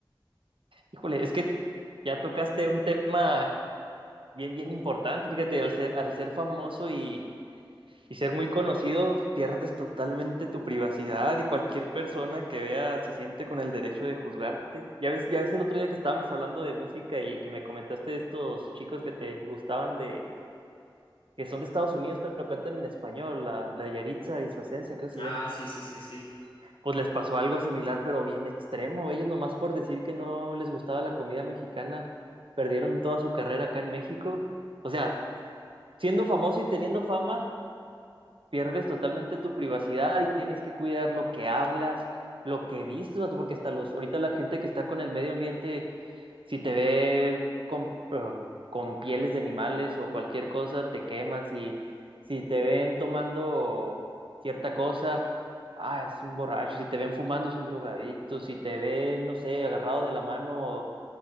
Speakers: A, on the right; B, on the left.
A: Híjole, es que ya tocaste un tema bien, bien importante, fíjate, al ser, al ser famoso y Y ser muy conocido, pierdes totalmente tu privacidad y cualquier persona que vea se siente con el derecho de juzgarte. Ya ves, ya ves el otro día que estábamos hablando de música y que me comentaste de estos chicos que te gustaban de, que son de Estados Unidos pero cantan en español, la, la Yaritza y su esencia, creo que se
B: Ah,
A: llama.
B: sí, sí, sí, sí.
A: Pues les pasó algo similar pero bien extremo. Ellos nomás por decir que no les gustaba la comida mexicana, perdieron toda su carrera acá en México. O sea, siendo famoso y teniendo fama pierdes totalmente tu privacidad y tienes que cuidar lo que hablas, lo que vistes, vato, porque hasta los, ahorita la gente que está con el medio ambiente, si te ve con, eh, con pieles de animales o cualquier cosa, te queman, si, si te ven tomando cierta cosa, ah, es un borracho, si te ven fumando es un drogadicto, si te ven, no sé, agarrado de la mano